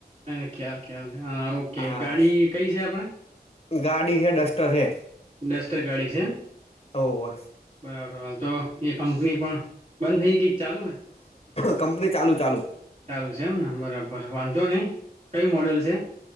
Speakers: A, on the right (about 45°); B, on the left (about 35°).
A: હા ખ્યાલ ખ્યાલ હા ઓકે
B: હા
A: ગાડી કઈ છે આપણે
B: ગાડી હે ડસ્ટર હે
A: ડસ્ટર ગાડી છે
B: ઓવે
A: એમ હાલ તો એ કંપની પણ બંધ થઈ કે ચાલુ હે?
B: કંપની ચાલું ચાલું
A: ચાલુ છે, એમને બરાબર વાંધો નય કયું મોડલ છે?